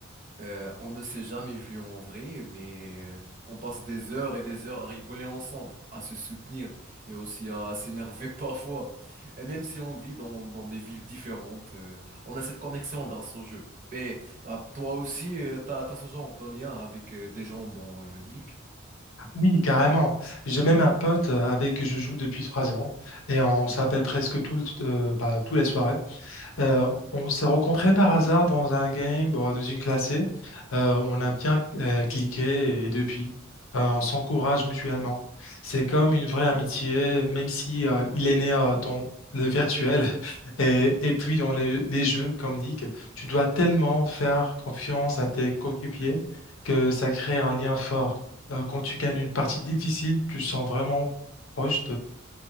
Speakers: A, on the right; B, on the left.
A: Euh, on ne s'est jamais vu en vrai, mais euh, on passe des heures et des heures à rigoler ensemble, à se soutenir et aussi à s'énerver <laughs> parfois. Et même si on vit dans, dans des villes différentes, euh, on a cette connexion grâce au jeu. Mais bah, toi aussi, euh, t'as, t'as ce genre de lien avec euh, des gens dans euh, League.
B: Oui, carrément. J'ai même un pote euh, avec qui je joue depuis trois ans et on s'appelle presque tout le- euh, bah, tous les soirs. Euh, on s'est rencontrés par hasard dans un game, bon, dans une classée. Euh, on a bien euh, cliqué et depuis, euh, on s'encourage mutuellement. C'est comme une vraie amitié, même si euh, il est né euh, dans le virtuel <laughs> et, et puis dans les, les jeux comme League. Tu dois tellement faire confiance à tes coéquipiers que ça crée un lien fort. Euh, quand tu gagnes une partie difficile, tu te sens vraiment proche